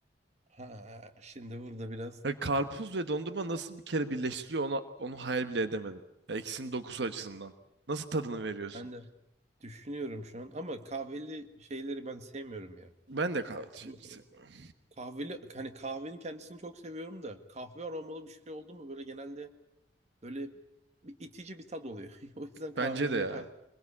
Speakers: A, on the right (about 40°); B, on the right (about 75°).
A: Ha, şimdi burada biraz
B: Ya karpuz ve dondurma nasıl bir kere birleştiriliyor onu, onu hayal bile edemedim. Ya ikisinin dokusu açısından. Nasıl tadını veriyorsun?
A: ben de düşünüyorum şu an ama kahveli şeyleri ben sevmiyorum ya.
B: Ben de kahve
A: Atıyorum
B: şeyleri seviyorum.
A: Mesela kahveli hani kahvenin kendisini çok seviyorum da kahve aromalı bir şey oldu mu böyle genelde Böyle bir itici bir tad oluyor. <laughs> O yüzden kahveliye
B: Bence de ya.
A: karşı.